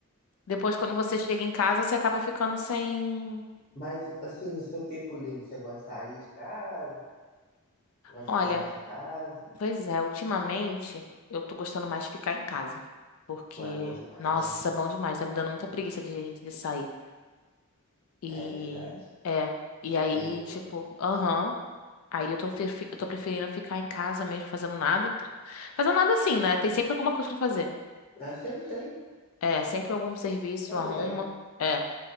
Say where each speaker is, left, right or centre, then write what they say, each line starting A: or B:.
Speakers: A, on the left; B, on the left.
A: depois quando você chega em casa, você acaba ficando sem.
B: Mas, assim, no seu tempo livre, você gosta de sair de casa? Gosta de
A: Olha,
B: ficar mais em casa?
A: pois é, ultimamente eu tô gostando mais de ficar em casa. Porque,
B: Pô, é bom demais,
A: nossa,
B: né?
A: bom demais, tá me dando muita preguiça de, de sair. E,
B: É verdade.
A: é. E aí,
B: É muito
A: tipo,
B: bom.
A: aham. Aí eu tô, prefe- eu tô preferindo ficar em casa mesmo, fazendo nada. Fazendo nada assim, né? Tem sempre alguma coisa pra fazer.
B: Ah, sempre tem,
A: É, sempre algum serviço,
B: sempre
A: arruma.
B: tem.
A: É,